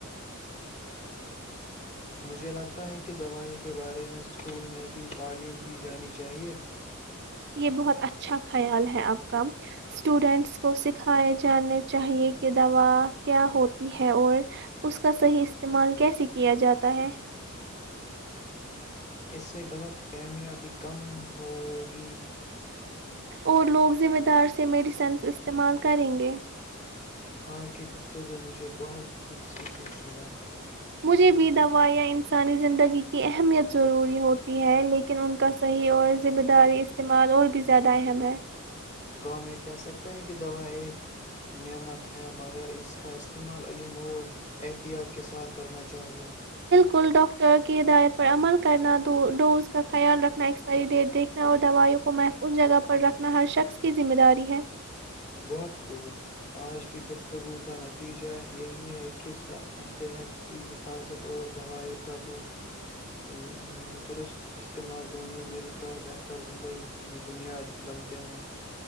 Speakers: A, on the left; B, on the right.
A: مجھے لگتا ہے کہ دوائیوں کے بارے میں سکول میں بھی تعلیم دی جانی چاہیے
B: یہ بہت اچھا خیال ہے اپ کام سٹوڈنٹس کو سکھائے جانے چاہیے کہ دوا کیا ہوتی ہے اور اس کا صحیح استعمال کیسے کیا جاتا ہے
A: اس سے غلط فہمیاں بھی کم ہو گی
B: اور لوگ ذمہ دار سے میڈیسن استعمال کریں گے
A: آج کی گفتگو مجھے بہت کچھ سیکھنے کو ملا
B: مجھے بھی دوا یا انسانی زندگی اہمیت ضروری ہوتی ہے لیکن ان کا صحیح اور ذمہ داری استعمال اور بھی زیادہ اہم ہے
A: تو ہم یہ کہہ سکتے ہیں کہ دوا ایک نعمت ہے مگر اس کا استعمال علیم اور احتیاط کے ساتھ کرنا چاہیے
B: کل ڈاکٹر کی ہدایت پر عمل کرنا دو ڈوز کا خیال رکھنا ایکسپائری ڈیٹ دیکھنا اور دوائیوں کو محفظ جگہ پر رکھنا ہر شخص کی ذمہ داری ہے
A: بہت خوب آج کی گفتگو کا نتیجہ یہی ہے کہ صحت کی حفاظت اور دوائیوں کا د درست استعمال دونوں مل کر بہتر زندگی کی بنیاد بنتے ہیں